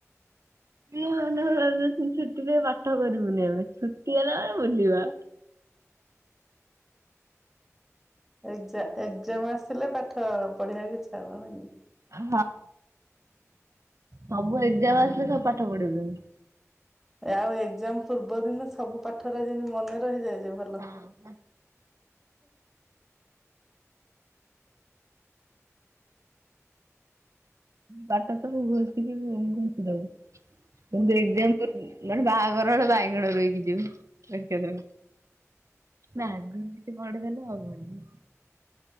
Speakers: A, on the right (about 65°); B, in the centre.
A: କିଏ ମାନେ <inaudible> ଛୁଟି ପାଇଁ ପାଠ କରିବୁନି ଆମେ ଛୁଟି ହେଲା ମାନେ ବୁଲିବା।
B: ଏକ୍ ଜା ଏକ୍ଜାମ ଆସିଲେ ପାଠ ପଢିଆକୁ ଇଚ୍ଛା ହବ ନାଇଁ କି?
A: ହଁ ସବୁ ଏଜ୍କାମ ଆସିଲେ ସବୁ ପାଠ ପଢିିବୁ।
B: ଆଉ ଏକ୍ଜାମ ପୂର୍ବ ଦିନ ସବୁ ପାଠ ହେରା ଯେମିତି ମନେ ରହିଯାଏ ଯେ ଭଲ
A: ହଁ ହଁ। ବାଟ ସବୁ ଘୋଷିକି ଘୋଷି ଦବୁ କିନ୍ତୁ
B: ହୁଁ
A: ଏକ୍ଜାମ୍। ମାନେ ବାହାଘରରେ ବାଇଗଣ ରୋଇକି ଯିବୁ ଏକ୍ଜାମ୍ ରେ। ନାଁ ଆଗ ଏମିତି ପଢିଦେଲେ ହବନି।